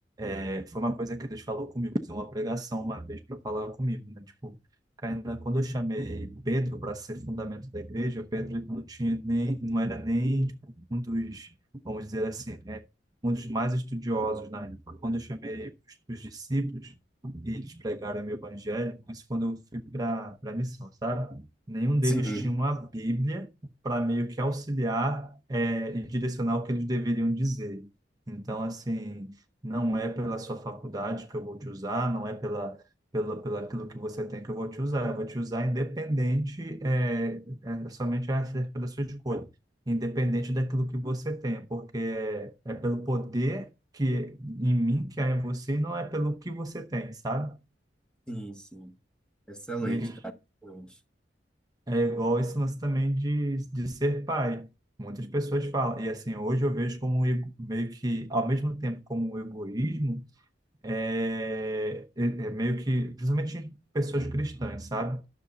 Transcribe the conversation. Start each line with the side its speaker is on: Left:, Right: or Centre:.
Right: É, foi uma coisa que Deus falou comigo, fez uma pregação uma vez para falar comigo, né? Tipo, ainda quando eu chamei Pedro para ser fundamento da igreja, Pedro ele não tinha nem, não era nem tipo, um dos, vamos dizer assim, né? Um dos mais estudiosos na época. Quando eu chamei os, os discípulos e eles pregaram o meu evangelho, isso quando eu fui para para missão, sabe? Nenhum deles
Centre: Sim.
Right: tinha uma Bíblia para meio que auxiliar é, e direcionar o que eles deveriam dizer. Então, assim, não é pela sua faculdade que eu vou te usar, não é pela, pela, pela aquilo que você tem que eu vou te usar, eu vou te usar independente, é, é somente acerca da sua escolha, independente daquilo que você tem, porque é, é pelo poder que em mim que há em você e não é pelo que você tem, sabe?
Centre: Sim, sim. Excelente,
Right: E
Centre: cara. Excelente.
Right: é igual esse lance também de, de ser pai. Muitas pessoas falam, e assim, hoje eu vejo como um ego- meio que, ao mesmo tempo como um egoísmo, é, é- é meio que, principalmente pessoas cristãs, sabe?